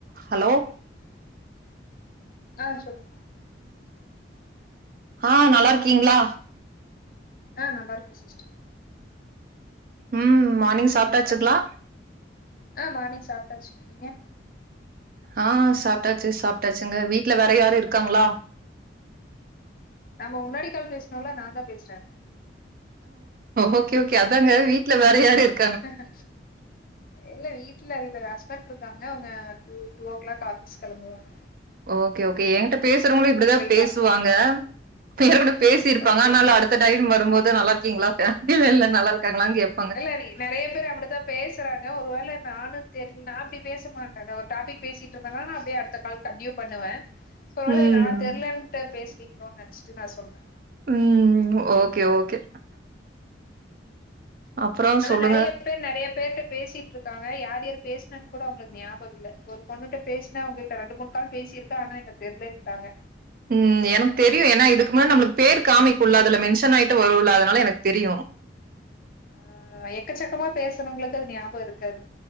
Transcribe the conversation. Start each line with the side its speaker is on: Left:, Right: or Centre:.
Right: Hello
Left: ஆ சொப்
Right: ஆ நல்லா இருக்கீங்ளா
Left: ஆ நல்லார்க்கே சிஸ்டர்
Right: ம் மார்னிங் சாப்ட்டாச்சுங்ளா
Left: ஆ மார்னிங் சாப்பிட்டாச்சுங்க நீங்க
Right: ஆ சாப்டாச்சு சாப்டாச்சுங்க வீட்ல வேற யாரு இருக்காங்ளா
Left: நம்ம முன்னாடிக் கால் பேச்னோல நாந்தா பேச்ற
Right: ஓகே ஓகே அதாங்க வீட்ல வேற யாரு இருக்
Left: ஹாஹ இல்ல வீட்ல இல்ல ஹஸ்பண்ட்ருக்காங்க அவுங்க two two o'clock office கிளம்புவாங்
Right: ஓகே ஓகே ஏங்கிட்ட பேசுறவுங்களு இப்டிதா
Left: போயிட்டா
Right: பேசுவாங்க பேரு கூட பேசிர்ப்பாங்க
Left: ஓகே
Right: அதனால
Left: ஓகே
Right: அடுத் அந்த டைம் வரும்போது நல்லார்க்கீங்ளா இல்லல்ல நல்லா இருக்காங்ளான் கேப்
Left: தெர்ல எனிக் நெறைய பேர் அப்டித்தா பேசுறாங்க ஒரு வேள நானு தெர் நா அப்டி பேச மாட்டேங்க ஒர் டாபிக் பேசிட்ருந்தனா நா அப்டியே அடுத்த கால் கண்டியூ பண்ணுவே சொர்வேள
Right: ம்
Left: நா தெர்லன்டு பேசுறீங்ளோன் நெனச்சிட்டு நா சொன்னே
Right: ம் ஓகே ஓகே அப்றோ
Left: ஆனா
Right: சொல்லுங்க
Left: நறிய பே பேர் நறைய பேர்ட பேசிட்ருக்காங்க யார் யாரு பேசுனன் கூட அவுங்ளுக் ஞாபகம் இல்ல இப்ப ஒரு பொண்ணுட்ட பேச் நா அவுங்ககிட்ட ரெண்டு மூண் கால் பேசியிருக்கா ஆனா என்ன தெர்லன்ட்டாங்க
Right: ம் எனக் தெரியு ஏனா இதுக்கு முன்னே நம்புளுக்கு பேர் காமிக்குல அதுல மென்ஷன் ஆயிட்டு வருல அதனால எனக் தெரியு
Left: ஆ எக்கச்சக்கமா பேசுனவுங்களுக்கு அது ஞாபகம் இருக்காது